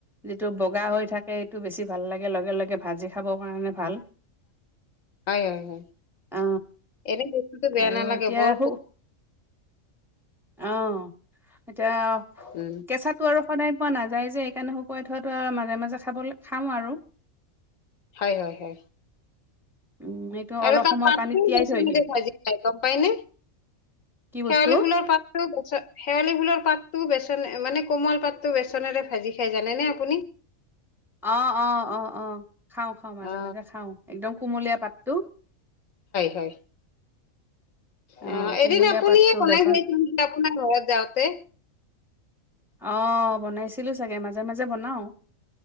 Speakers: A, in the centre; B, on the left (about 70°).
A: যিটো বগা হৈ থাকে সেইটো বেছি ভাল লাগে লগে লগে ভাজি খাবৰ কাৰণে ভাল।
B: হয় হয় হয়
A: অ
B: এনে বস্তুতটো বেয়া
A: আৰু
B: নালাগে
A: এতিয়া
B: বৰ
A: শু অ এতিয়া
B: উম
A: কেঁচাটো সদায় পোৱা নাযায় যে সেইকাৰণে শুকুৱাই থোৱাটো মাজে মাজে খাবলৈ খাওঁ আৰু
B: হয় হয় হয়
A: উম এইটো অলপ
B: এইবাৰ পা
A: সময়
B: ত
A: পানীত
B: পাত
A: তিয়াই
B: ৰচন
A: থৈ দিম
B: দি ভাজি খায় গম পাইনে?
A: কি বস্তু
B: শেৱালি ফুলৰ পাতটো বেচ শেৱালি ফুলৰ পাতটো বেচ মানে কোমল পাতটো বেচনেৰে ভাজি খাই জানে নে আপুনি?
A: অ অ অ অ খাওঁ খাওঁ মাজে
B: অ
A: মাজে খাওঁ একদম কুমলীয়া পাতটো
B: হয়।
A: অ
B: আহ
A: কুমলীয়া
B: এদিন আপুনিয়ে
A: পাতটো
B: মনে
A: বেচন
B: হৈ যে আপোনাৰ ঘৰত যাওঁতে
A: আহ বনাইছিলো চাগে মাজে মাজে বনাও